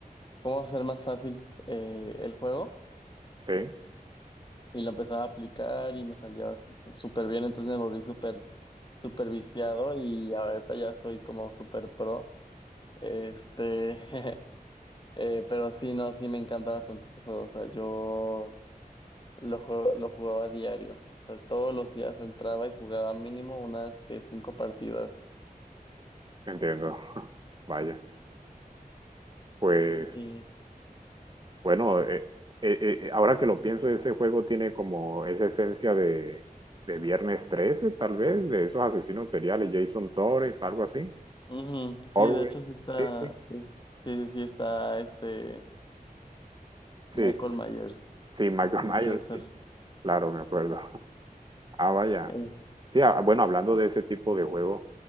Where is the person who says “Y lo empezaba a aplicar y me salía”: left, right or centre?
Left